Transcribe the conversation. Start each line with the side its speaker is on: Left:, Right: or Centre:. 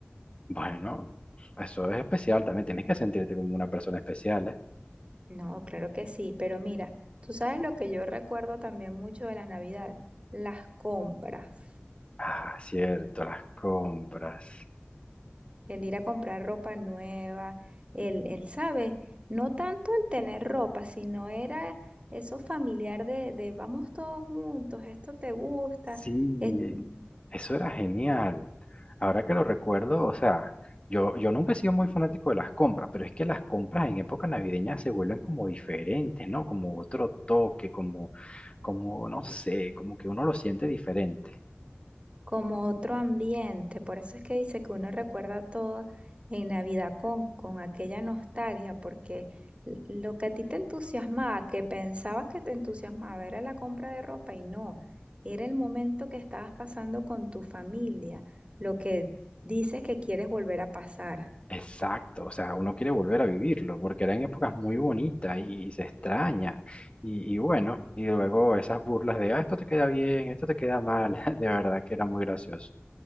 Left: Bueno, eso es especial también, tienes que sentirte como una persona especial, ¿eh?
Right: No, claro que sí, pero mira, tú sabes lo que yo recuerdo también mucho de las Navidades, las compras,
Left: Ah, cierto, las compras.
Right: el ir a comprar ropa nueva, el, el, ¿sabes? No tanto el tener ropa, sino era eso familiar de, de vamos todos juntos, esto te gusta,
Left: Sí,
Right: ¿eh?
Left: Eso era genial. Ahora que lo recuerdo, o sea, yo, yo nunca he sido muy fanático de las compras, pero es que las compras en época navideña se vuelven como diferentes, ¿no? Como otro toque, como, como, no sé, como que uno lo siente diferente.
Right: como otro ambiente. Por eso es que dice que uno recuerda todo en Navidad con, con aquella nostalgia, porque l- lo que a ti te entusiasmaba, que pensabas que te entusiasmaba, era la compra de ropa y no, era el momento que estabas pasando con tu familia, lo que dices que quieres volver a pasar.
Left: Exacto, o sea, uno quiere volver a vivirlo, porque eran épocas muy bonitas y, se extraña. Y, y bueno, y luego esas burlas de, ah, esto te queda bien, esto te queda mal, <laughs> de verdad que era muy gracioso.